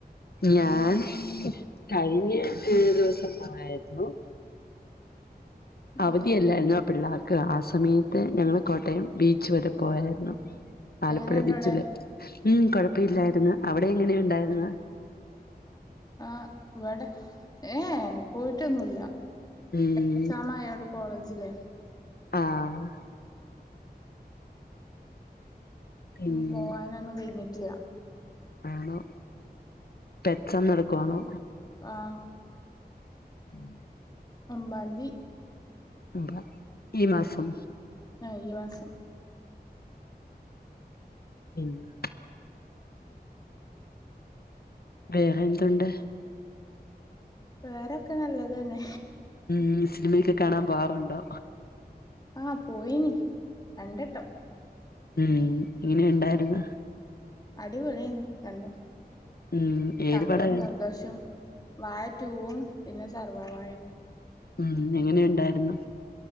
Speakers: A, on the left (about 65°); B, on the left (about 25°).
A: ഞാന് കഴിഞ്ഞ ഏ ദിവസം പോയാര്ന്ന്.
B: ഉം
A: അവധിയല്ലാരുന്നോ പിള്ളാർക്ക് ആ സമയത്ത് ഞങ്ങള് കോട്ടയം ബീച്ച് വരെ പോയാരുന്നു. ആലപ്പുഴ
B: എങ്ങനെണ്ട്
A: ബീച്ചില്
B: അവിടെ
A: ഉം കൊഴപ്പില്ലാര്ന്ന് അവിടെങ്ങനെയുണ്ടാര്ന്ന്?
B: ആഹ്. വടെ ഏയെ, പോയിട്ടൊന്നുല്ല.
A: ഉം ഉം.
B: എക്സാം ആയോണ്ട് കോളേജിലെ
A: ആഹ് പിന്നെ
B: ടൂർ പോവാനൊന്നും കെഴിഞ്ഞിട്ടില്ല.
A: ആണോ? പ്പൊ എക്സാം നടക്കുവാണോ?
B: ആഹ്.
A: <unintelligible>
B: ഒമ്പാന്തി.
A: <unintelligible> ഈ മാസം
B: ആഹ്, ഈ മാസം
A: പിന്നെ വേറെ എന്തുണ്ട്?
B: വേറൊക്കെ നല്ലതന്നെ.
A: ഉം. സിനിമയൊക്കെ കാണാൻ പോവാറുണ്ടോ?
B: ആ പോയിനി, രണ്ടെട്ടം.
A: ഉം. എങ്ങനെണ്ടായിരുന്നു?
B: അടിപൊളിയേനി രണ്ടും.
A: ഉം
B: <unintelligible>
A: ഏത് പടാ കണ്ടേ?
B: സന്തോഷോം വാഴ റ്റൂവും പിന്നെ, സർവ്വം മായും.
A: ഉം. എങ്ങനെണ്ടായിരുന്നു?